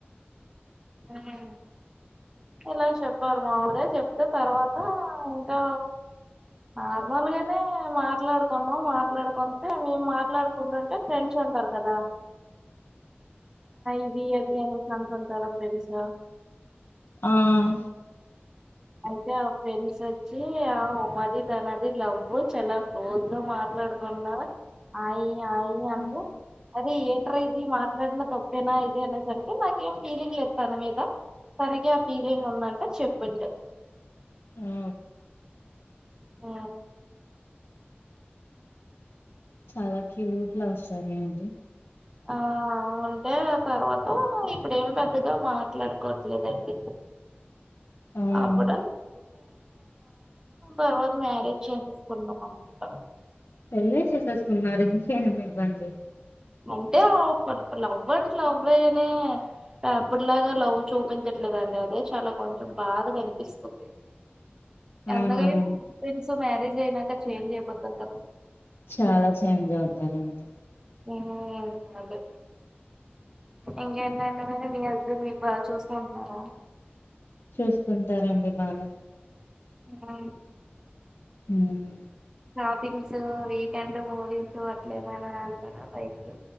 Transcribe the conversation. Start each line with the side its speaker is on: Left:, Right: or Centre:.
Right: హే ఇలా చెప్పారు మాములుగా చెప్తే తర్వాత ఇంకా నార్మల్గానే మాట్లాడుకున్నాం మాట్లాడుకుంటే మేము మాట్లాడుకుంటుంటే ఫ్రెండ్స్ ఉంటారు కదా ఇది అది అని చమ్తుంటారు లేడీస్ ఆ
Left: ఆమ్
Right: అయితే ఒక ఫ్రెండ్స్ వచ్చి ఆ మాది తన ది లవ్ చాలా క్లోజ్ గా మ మాట్లాడుతున్నా ఆయి ఆయి అంటూ
Left: హ్మ్
Right: అదే ఏంటరా ఇది మాట్లాడిన తప్పేనా ఇది అనేది అంటే నాకేం ఫీలింగ్ లేదు తన మీద తనకి ఆ ఫీలింగ్ ఉందంటే చెప్పంటె
Left: ఆ
Right: ఆ
Left: చాలా క్యూట్ లవ్ స్టోరీ అండి
Right: ఆ ఉంటే ఆ తర్వాత ఇప్పుడేం పెద్దగా మాట్లాడుకోవట్లేదండి
Left: ఆ
Right: ఆప్పుడ తర్వాత మ్యారేజ్ చేసేసుకున్నాం అనమాట
Left: పెళ్ళ చేసేసుకున్నారు ఇంకేం ఇబ్బంది
Right: అంటే ఇప్పుడు లవ్ అంటే లవ్వే గానీ అప్పుటిలాగా లవ్ చూపించట్లేదండి అదే చాలా కొంచెం బాధ కనిపిస్తుంది <unintelligible>
Left: అవునవును
Right: ఫ్రెండ్స్ మ్యారేజ్ అయినాక చేంజ్ అయిపోతారుగా
Left: చాలా చేంజ్ అవుతారండి
Right: హ అదే ఇంకేంటండి మరి మీ హస్బెండ్ మీకు బాగా చూసుంటున్నారా
Left: చూసుకుంటారంండి బానే
Right: ఆ
Left: ఉమ్
Right: షాపింగ్స్, వీకెండ్ మూవీస్ అట్ల ఏమైనా రాళతారా బయటికి